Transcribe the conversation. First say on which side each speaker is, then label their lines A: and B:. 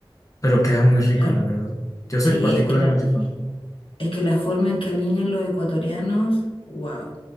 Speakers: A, on the left; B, on the left.
A: Pero queda muy rico,
B: Claro.
A: la verdad. Yo
B: Sí,
A: soy particularmente
B: es que la,
A: fan.
B: Es que la forma en que alinean los ecuatorianos, wow.